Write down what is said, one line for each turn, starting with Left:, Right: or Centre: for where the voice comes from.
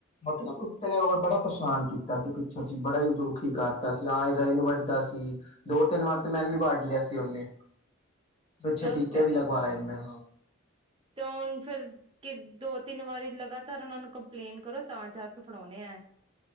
Left: ਮਤਲਬ ਕੁਤੇ ਨੇ ਓਵੇਂ ਬੜਾ ਪਰੇਸ਼ਾਨ ਕੀਤਾ ਸੀ ਪਿੱਛੇ ਜੀ ਬੜਾ ਈ ਦੁੱਖੀ ਕਰਤਾ ਸੀ, ਆਏ ਗਏ ਨੂੰ ਵੱਡਦਾ ਸੀ। <unintelligible> ਦੋ ਤਿੰਨ ਵਾਰ ਤੇ ਮੈਨੂੰ ਈ ਵੱਡ ਲਿਆ ਸੀ ਉਹਨੇ। ਪਿੱਛੇ
Right: ਗਲਤ
Left: ਟੀਕੇ
Right: ਹੈ
Left: ਵੀ ਲਗਵਾਏ
Right: ਹਾਂ,
Left: ਨੇ ਮੈਂ
Right: ਤੇ ਹੁਣ ਫਿਰ ਕਿ ਦੋ ਤਿੰਨ ਵਾਰੀ ਲਗਾਤਾਰ ਉਹਨਾਂ ਨੂੰ ਕੰਪਲੇਂਨ ਕਰੋ ਤਾਂ ਜਾ ਕੇ ਫੜਾਉਂਣੇ ਆ।